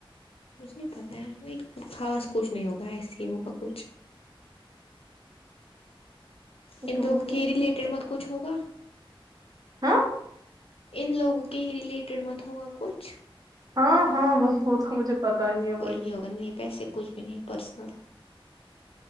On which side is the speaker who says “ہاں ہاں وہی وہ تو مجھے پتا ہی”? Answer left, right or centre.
Right